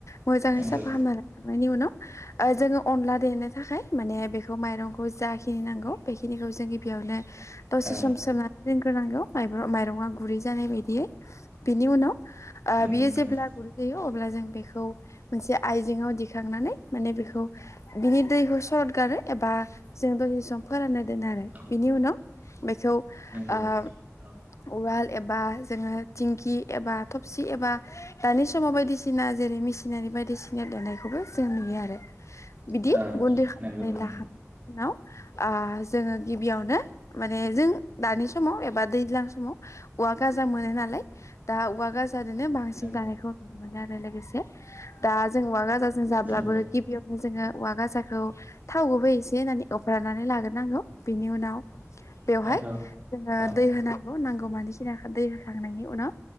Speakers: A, on the left; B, on the right.
A: मोजाङै
B: नंगौ
A: साफा खामनानैला नायनि उनाव जोङो अनला देनो थाखाय माने बेखौ माइरंखौ जाखिनि नांगौ बेखिनिखौ जों गिबियावनो दसे
B: औ
A: सम सोमनानै दोनग्रोनांगौ माइरङा गुरै जानाय बायदियै बिनि उनाव
B: नंगौ
A: बियो
B: नंगौ
A: जेब्ला गुर जायो। अब्ला जों बेखौ मोनसे आइजेंङाव दिखांनानै माने बेखौ बिनि दैखौ सरथ दारो एबा जों दसे सम फोरानना दोनो आरो
B: औ
A: बिनि उनाव बेखौ ओ
B: नंगौ औ
A: उवाल एबा जोङो थिंखि एबा थबसि एबा दानि समाव बायदिसिना जेरै मेसिनारि बायदिसिना देनायखौबो जों नुयो आरो बिदि
B: औ
A: गुन्दै खालामनानै
B: नंगौ नंगौ
A: लाखांनायनि उनाव आ जोङो गिबियावनो माने जों दानि समाव एबा दैज्लां समाव औवा गाज जां मोनो नालाय दा उवा गाज जादोनो बांसिन
B: नंगौ
A: जानायखौ नुनो मोनो आरो लोगोसे दा जों उवा गाजाजों जाब्लाबो
B: नंगौ
A: गिबियाव जोङो उवा गाजाखौ थाव गुबै इसे होनानै एवफ्रानानै लाग्रोनांगौ बिनि उनाव बेवहाय
B: नंगौ
A: जोङो
B: औ
A: दै होनानै नांगौ मनिखिनाखो दै होखांनायनि उनाव